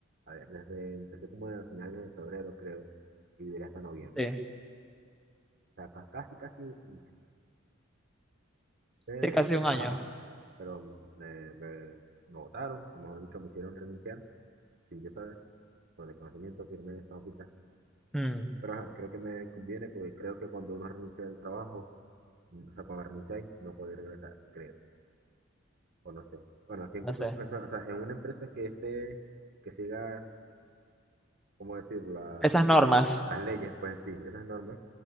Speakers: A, on the right (about 50°); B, in the centre.
A: A ver, desde, empecé como a finales de febrero, creo, y duré hasta noviembre.
B: Sí.
A: O sea, ca- casi, casi un año. Eh,
B: Sí, casi un año.
A: ajá, pero me, me, me votaron, o mejor dicho, me hicieron renunciar, sin yo saber, por desconocimiento firmé esa hojita
B: Mm,
A: Pero ajá, creo que me conviene porque creo que cuando uno renuncia del trabajo, mm, o sea, cuando renunciáis, no podéis regresar, creo, o no sé. Bueno, aquí en,
B: no
A: Copi-
B: sé.
A: o sea, o sea, en una empresa que esté, que siga, ¿cómo decir? La,
B: Esas normas.
A: las leyes, pues sí, esas normas,